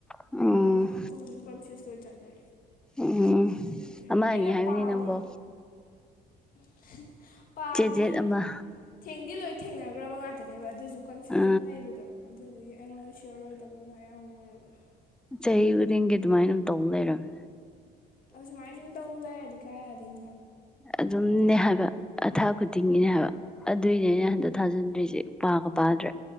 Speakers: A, in the centre; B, on the left.
A: ꯎꯝ
B: ꯋꯥꯟ ꯑꯩ ꯇꯨꯁꯨ ꯀꯟꯐ꯭ꯌꯨꯁ ꯑꯣꯏ ꯆꯠꯂꯦ
A: ꯎꯝ
B: ꯑꯩ ꯈꯪꯗ꯭ꯔꯦ
A: ꯑꯃ
B: ꯑꯩꯅ
A: ꯑꯅꯤ ꯍꯥꯏꯕꯅꯤ
B: ꯄꯥꯗꯤ
A: ꯅꯪꯕꯣ
B: <unintelligible> ꯄꯥꯗꯤ
A: ꯆꯦꯠ ꯆꯦꯠ ꯑꯃ
B: ꯊꯦꯡꯗꯤ ꯂꯣꯏ ꯊꯦꯡꯅꯈ꯭ꯔꯕ ꯉꯥꯛꯇ ꯇꯅ‌ꯦꯕ ꯑꯗꫭꯏꯖꯨꯛ ꯀꯟꯐ꯭ꯌꯨꯖꯟ
A: ꯑ
B: ꯂꯩꯕꯗꯣ ꯑꯗꯨꯗꯨꯒꯤ ꯑꯩꯉꯣꯟꯗ ꯁꯤꯌꯔꯣꯏꯗꯕꯅ ꯑꯌꯥꯝꯕ ꯑꯣꯏꯔ ꯑꯗꯨ
A: ꯆꯥꯍꯤ ꯈꯨꯗꯤꯡꯒꯤ ꯑꯗꯨꯃꯥꯏꯅ ꯑꯗꯨꯝ ꯇꯧꯂꯩꯔꯃꯤ
B: ꯑꯗ ꯁꯨꯃꯥꯏꯁꯟ ꯇ ꯂꯩꯑꯗꯤ ꯀꯌꯥ ꯑꯗꯨꯅ
A: ꯑꯗꯨꯝꯅꯦ ꯍꯥꯏꯕ ꯑꯊꯥ ꯈꯨꯗꯤꯡꯒꯤꯅꯦ ꯍꯥꯏꯕ ꯑꯗꯨꯏꯅꯦ ꯑꯩꯅ ꯍꯟꯗꯛ ꯊꯥꯖꯤꯟꯗ꯭ꯔꯤꯁꯦ ꯄꯥꯒ ꯄꯥꯗ꯭ꯔꯦ